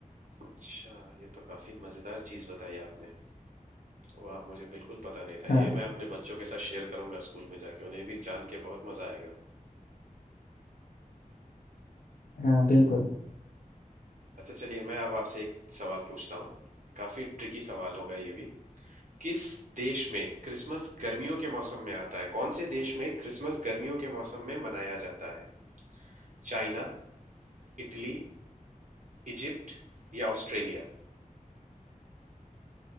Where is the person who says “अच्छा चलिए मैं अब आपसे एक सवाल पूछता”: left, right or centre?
Right